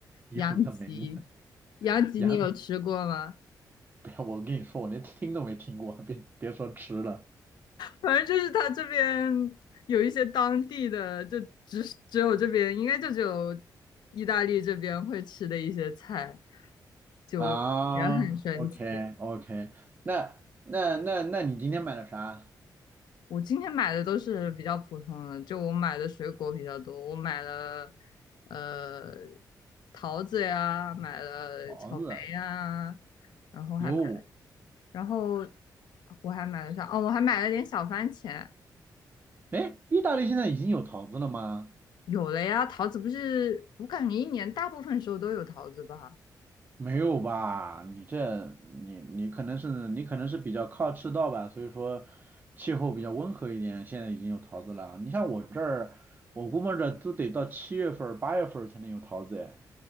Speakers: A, on the right; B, on the left.
A: 有的没的，
B: 羊脊，羊脊你有吃过吗？
A: 羊，不要，我跟你说，我连听都没听过，别别说吃了
B: 反正就是它这边有一些当地的，就只只有这边，应该就只有意大利这边会吃的一些菜，就也很神奇。
A: 啊。OK OK，那那那那你今天买了啥？
B: 我今天买的都是比较普通的，就我买的水果比较多，我买了呃桃子呀，买了草莓呀，
A: 桃子啊。
B: 然后还买，
A: 有，
B: 然后我还买了啥？哦，我还买了点小番茄。
A: 哎，意大利现在已经有桃子了吗？
B: 有了呀，桃子不是，我感觉一年大部分时候都有桃子吧。
A: 没有吧？你这你你可能是你可能是比较靠赤道吧，所以说气候比较温和一点。现在已经有桃子了。你像我这儿，我估摸着都得到七月份儿、八月份儿才能有桃子哎。